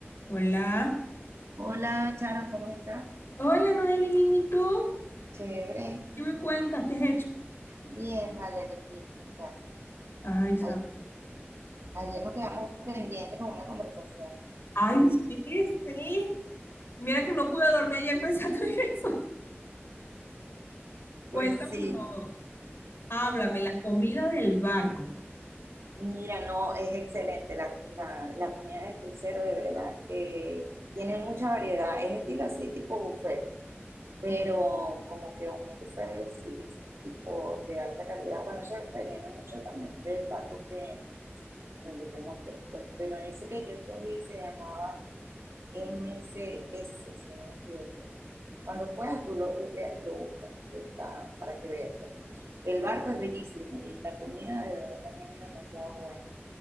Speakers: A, on the left (about 60°); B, on the right (about 85°).
A: Hola,
B: Hola, Charon, ¿cómo estás?
A: Hola Noeli, bien, ¿y tú?
B: Chévere,
A: ¿Qué me cuentas? ¿Qué has hecho?
B: bien, vale, aquí en casa.
A: Ay, sabes.
B: Ay- ayer nos quedamos pendientes con una conversación.
A: ay, sí, sí. Mira que no pude dormir ayer pensando en eso. <laughs> Cuéntamelo
B: Pues sí,
A: todo. Háblame, la comida del barco.
B: mira, no, es excelente la, la, la comida del crucero, de verdad, que tiene mucha variedad. Es estilo así, tipo buffet, pero
A: O-
B: como que un buffet sí, tipo de alta calidad. Bueno, eso dependiendo mucho también del barco que, donde te montes, pues. Pero ese que yo escogí se llamaba MCS, si no me equivoco. Cuando puedas, tú lo googleas y lo buscas, que está, para que veas. pues. El barco es bellísimo y la comida de verdad también es demasiado buena.